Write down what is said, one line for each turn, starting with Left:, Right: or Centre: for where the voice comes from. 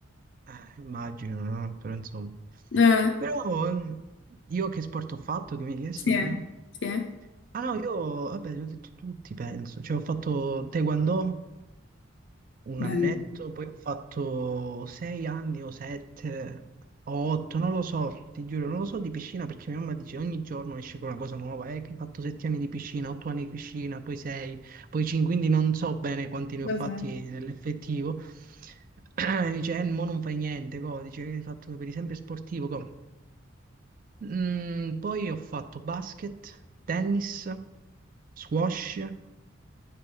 Right: Eh, immagino, no? Però insomma.
Left: Eh,
Right: Però ehm, io che sport ho fatto che mi hai chiesto
Left: sì,
Right: prima?
Left: sì,
Right: Ah no, io, vabbè, li ho detto tutti, penso. Cioè, ho fatto Taekwondo, un
Left: bello.
Right: annetto, poi ho fatto sei anni o sette o otto, non lo so, ti giuro, non lo so di piscina perché mia mamma dice ogni giorno esce con una cosa nuova, eh, che hai fatto sette anni di piscina, otto anni di piscina, poi sei, poi cinque, quindi non so bene quanti ne
Left: Lo
Right: ho fatti
Left: sai.
Right: nell'effettivo. <clears throat> Dice, eh, mo non fai niente, co. Dice che hai fatto per esempio sportivo, co. Mm, poi ho fatto basket, tennis, squash,